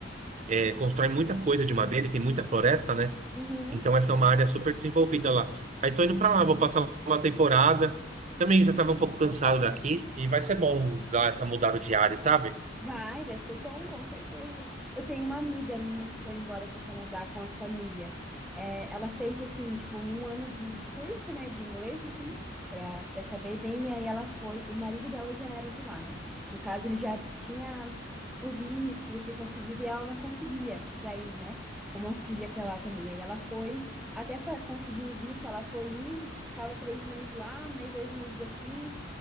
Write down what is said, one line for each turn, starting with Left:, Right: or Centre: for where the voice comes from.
Right: é, constroem muita coisa de madeira e tem muita floresta, né?
Centre: Uhum.
Right: Então essa é uma área super desenvolvida lá. Aí tô indo para lá, vou passar uma temporada. Também já estava um pouco cansado daqui e vai ser bom dar essa mudada de área, sabe?
Centre: Vai, vai ser bom, com certeza. Eu tenho uma amiga minha que foi embora para o Canadá com a família. É, ela fez, assim, tipo, um ano de, de curso, né, de inglês, assim, para para saber bem. E aí ela foi, o marido dela já era de lá, né? No caso, ele já tinha o visto, já tinha conseguido, e ela não conseguia para ir, né, com uma filha para lá também. Aí ela foi, até fa- conseguir o visto, ela foi indo, tipo, ficava três meses lá, mais dois meses aqui.